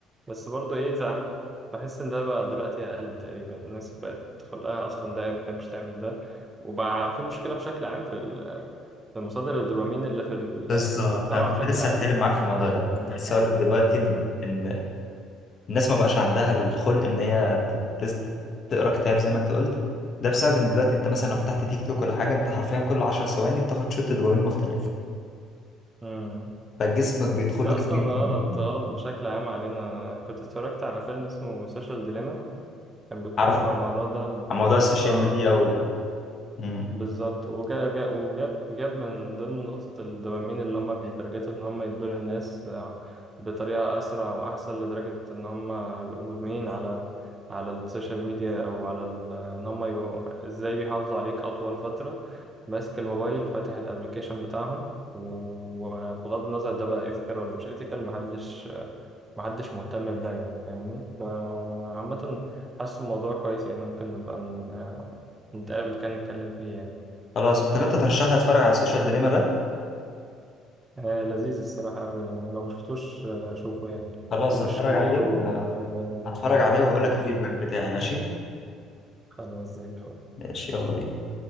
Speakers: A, on the right (about 15°); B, on the left (about 35°).
A: بس برضه ايه ساعات بحس ان ده بقى دلوقتي اقل تقريبا الناس بقت خلقها اصلا ده ما بتحبش تعمل ده وبقى في مشكلة بشكل عام في ال- في مصادر الدوبامين اللي في ال-
B: بالظبط
A: في المجتمع
B: انا كنت
A: بشكل
B: لسه
A: عام
B: هتكلم معاك في الموضوع ده
A: مم.
B: كنت لسه هقول لك دلوقتي ان
A: مم.
B: ان الناس ما بقاش عندها الخلق ان هي تت- تت- تقرا كتاب زي ما انت قلت ده بسبب ان دلوقتي انت
A: مم.
B: مثلا لو فتحت تيك توك ولا حاجة انت حرفيا كل 10 ثواني بتاخد شوت دوبامين مختلف
A: مم.
B: فجسمك بيدخل
A: ده
B: له كميه
A: اصلا غلط
B: دوبامين
A: غلط بشكل عام علينا كنت اتفرجت على فيلم اسمه سوشيال ديليما كان بيتكلم
B: عارف
A: عن الموضوع ده بش...
B: عن موضوع السوشيال
A: اه
B: ميديا
A: ب... ب...
B: وال... مم.
A: بالظبط وجا... جا... وجاب جاب من ضمن نقطة الدوبامين اللي هما بيترجتوا إن هما يدوا للناس آه، بطريقة أسرع وأحسن لدرجة إن هما بيبقوا مدمنين على على السوشيال ميديا أو على ال... إن هما يبقوا إزاي بيحافظوا عليك أطول فترة ماسك الموبايل فاتح الأبليكيشن بتاعهم وبغض النظر ده بقى إيثيكال ولا مش إيثيكال محدش محدش مهتم بده يعني فاهمني فعامة حاسس الموضوع كويس يعني ممكن نبقى ن- نتقابل كان نتكلم فيه يعني
B: خلاص طب انت ترشح لي اتفرج على السوشيال ديليما ده
A: آه، لذيذ الصراحة أوي لو لو مشفتوش آه، شوفه يعني
B: خلاص
A: مش
B: هتفرج
A: كبير
B: عليه وه...
A: و- آه،
B: هتفرج عليه وهقول
A: ومفيد
B: لك الفيدباك
A: يعني
B: بتاعي ماشي
A: خلاص زي الفل
B: ماشي يلا بينا